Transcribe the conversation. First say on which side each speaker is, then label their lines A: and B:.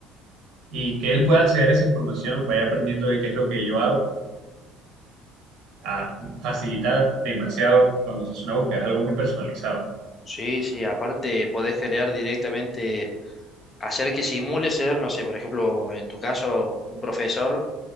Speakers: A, on the right; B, on the left.
A: Y que él pueda acceder a esa información, vaya aprendiendo de qué es lo que yo hago, a facilitar demasiado cuando se hace una búsqueda, es algo muy personalizado.
B: Sí, sí, aparte podés crear directamente hacer que simule ser, no sé, por ejemplo, en tu caso, un profesor